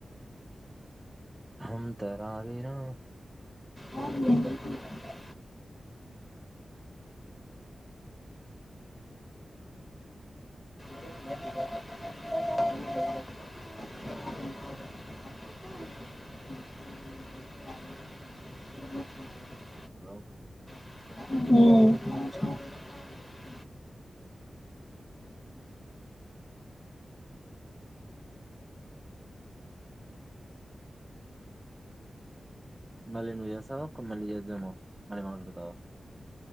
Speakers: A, on the right (about 15°); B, on the left (about 20°).
A: హంతరారినా
B: అవునులేండి <unintelligible> <inaudible> గాలి
A: ఆ
B: <inaudible>
A: హలో
B: <inaudible>
A: మళ్ళీ నువ్వు ఏస్సావా కొ మళ్ళీ చేజ్జామ మళ్ళీ మాడడుతావా